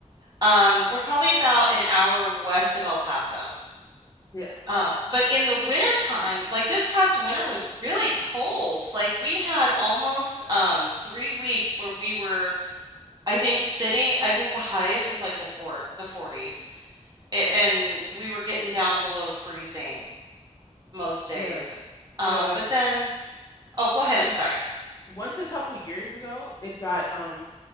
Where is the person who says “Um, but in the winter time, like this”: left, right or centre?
Right